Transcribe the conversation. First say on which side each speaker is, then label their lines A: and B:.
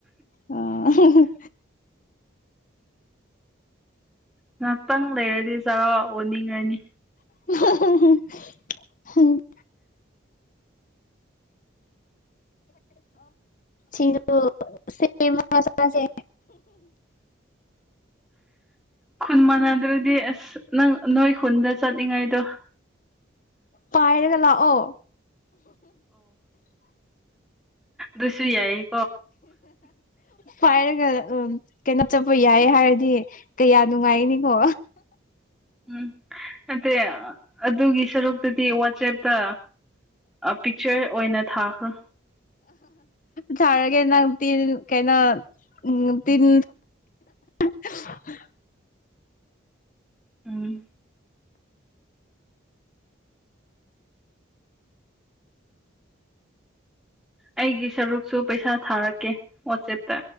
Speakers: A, on the left; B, in the centre.
A: ꯑ
B: ꯉꯥꯏꯍꯥꯛꯇꯪ ꯂꯩꯔꯗꯤ ꯆꯔꯥꯛ ꯑꯣꯟꯅꯤꯡꯉꯅꯤ
A: ꯍꯍ ꯁꯤ ꯁ ꯃꯁꯂꯁꯦ
B: ꯈꯨꯟ ꯃꯅꯥꯗꯗꯤ ꯑꯁ ꯅꯪ ꯅꯣꯏ ꯈꯨꯟꯗ ꯆꯠꯂꯤꯉꯥꯏꯗꯣ꯫
A: ꯄꯥꯏꯔꯒ ꯂ ꯑꯣ꯫
B: ꯗꯨꯁꯨ ꯌꯥꯏꯌꯦ
A: ꯄꯥꯏꯔꯒ ꯎ ꯀꯩꯅꯣ ꯆꯠꯄ ꯌꯥꯏ ꯍꯥꯏꯔꯗꯤ ꯀꯌꯥ ꯅꯨꯡꯉꯥꯏꯅꯤꯉꯣ
B: ꯎꯝ ꯅꯇꯦ ꯑꯗꯨꯒꯤ ꯁꯔꯨꯛ ꯑꯗꯨꯗꯤ ꯋꯥꯆꯦꯞꯇ ꯄꯤꯛꯆꯔ ꯑꯣꯏꯅ ꯊꯥꯈ꯭ꯔꯣ꯫
A: ꯊꯔꯒꯦ ꯅꯪ ꯇꯤꯟ ꯀꯩꯅꯣ ꯎ ꯇꯤꯟ ꯍꯍ
B: ꯎꯝ ꯑꯩꯒꯤ ꯁꯔꯨꯛꯁꯨ ꯄꯩꯁꯥ ꯊꯥꯔꯛꯀꯦ ꯋꯥꯆꯦꯞꯇ꯫